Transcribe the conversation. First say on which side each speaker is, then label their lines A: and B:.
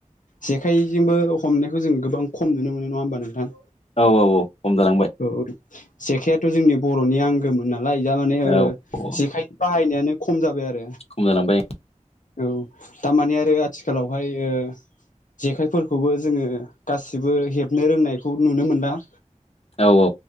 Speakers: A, on the left; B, on the left.
A: जेखाइजोंबो हमनायखौ जों गोबां खम नुनो मोनो नङा होमबा नोंथां?
B: औ औ औ खम जालांबाय।
A: औ जेखायथ' जोंनि बर'नि आंगोमोन नालाय। दा माने ओ
B: औ औ
A: जेखाइ बाहायनायानो खम जाबाय आरो।
B: खम जालांबाय।
A: औ थारमाने आरो आथिखालावहाय ओ जेखाइफोरखौबो जोङो गासिबो हेबनो रोंनायखौ नुनो मोनला।
B: औ औ